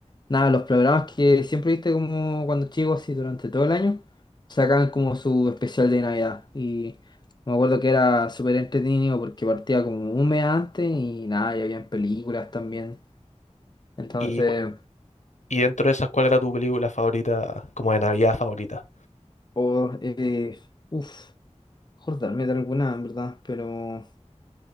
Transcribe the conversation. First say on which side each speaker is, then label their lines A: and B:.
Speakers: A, on the left; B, on the left.
A: Nada, los programas que siempre viste como cuando chico, así durante todo el año, sacaban como su especial de Navidad. Y me acuerdo que era súper entretenido porque partía como un mes antes y nada, y habían películas también. Entonces...
B: ¿Y, cu- y dentro de esas, cuál era tu película favorita, como de Navidad favorita?
A: O, eh, uff, acordarme de alguna, en verdad, pero,